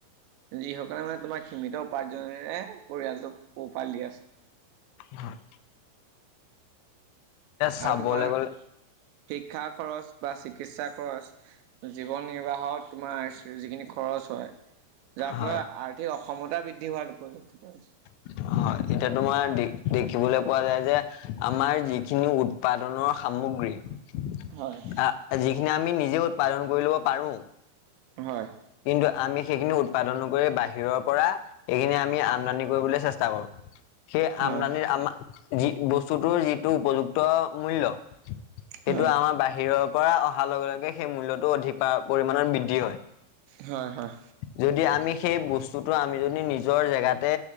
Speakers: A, on the right (about 80°); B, on the left (about 90°).
A: যিসকলে মানে তোমাৰ সীমিত উপাৰ্জনেৰে, পৰিয়ালটোক পোহপাল দি আছে।
B: হয়। চাবলৈ
A: আৰু তোমাৰ
B: গ'লে
A: শিক্ষাৰ খৰচ। বা চিকিৎসা খৰচ, জীৱন নিৰ্বাহত তোমাৰ যিখিনি খৰচ হয়। যাৰ
B: হয়
A: ফলত আৰ্থিক অসমতা বৃদ্ধি হোৱাৰ পৰিলক্ষিত হৈছে।
B: <unintelligible> হয়, এতিয়া তোমাৰ দে দেখিবলৈ পোৱা যায় যে, আমাৰ যিখিনি উৎপাদনৰ সামগ্ৰী। আহ,
A: হয়
B: যিখিনি আমি নিজে উৎপাদন কৰি ল'ব পাৰোঁ।
A: হয়।
B: কিন্তু আমি সেইখিনি উৎপাদন নকৰি, বাহিৰৰ পৰা এইখিনি আমি আমদানি কৰিবলৈ চেষ্টা কৰোঁ। সেই
A: হয়
B: আমদানিৰ আমাৰ, যি বস্তুটোৰ যিটো উপযুক্ত মূল্য। সেইটো
A: হয়
B: আমাৰ বাহিৰৰ পৰা অহাৰ লগে লগে সেই মূল্যটো অধিক পা-পৰিমণৰ বৃদ্ধি হয়।
A: হয় হয়।
B: যদি আমি সেই বস্তুতটো আমি যদি নিজৰ জেগাতে